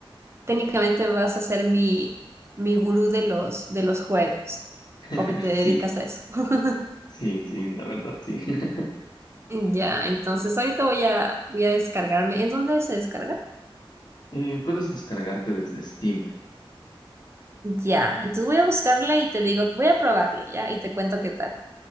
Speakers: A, on the right; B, on the left.
A: técnicamente vas a ser mi, mi gurú de los, de los juegos,
B: <laughs>
A: porque te
B: Sí,
A: dedicas a eso. <laughs>
B: sí, sí, la verdad, sí. <laughs>
A: Ya, entonces ahorita voy a, voy a descargarme. ¿En dónde se descarga?
B: Eh, puedes descargarte desde Steam.
A: Ya, entonces voy a buscarle y te digo, voy a probarle, ya, y te cuento qué tal.